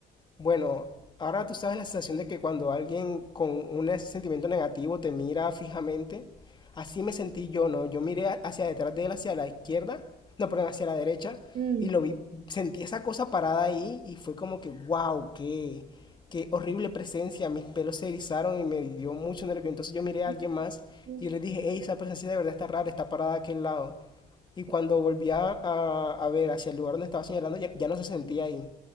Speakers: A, on the left; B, on the right.
A: bueno, ahora tú sabes la sensación de que cuando alguien con un sentimiento negativo te mira fijamente, así me sentí yo, ¿no? Yo miré a- hacia detrás de él, hacia la izquierda, no, perdón, hacia la derecha,
B: Mm,
A: y lo vi, sentí esa cosa parada ahí y fue como que, wow, qué, qué horrible presencia, mis pelos se erizaron y me dio mucho nervio. Entonces yo miré a
B: es-
A: alguien más
B: es-
A: y yo le dije, hey, esa presencia de verdad está rara, está parada a aquel lado. Y cuando
B: es-
A: volví a, a- a ver hacia el lugar donde estaba señalando, ya, ya no se sentía ahí.